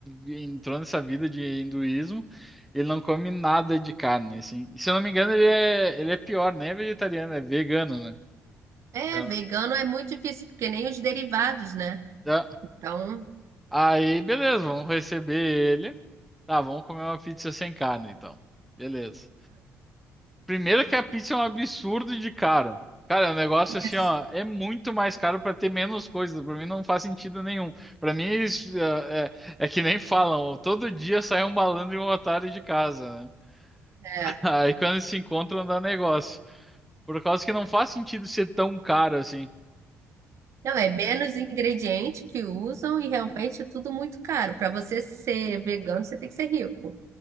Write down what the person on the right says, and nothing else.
É,
vegano é muito difícil, porque nem os derivados, né?
Então,
isso,
é.
Não, é menos ingrediente que usam e realmente é tudo muito caro. Para você ser vegano, você tem que ser rico.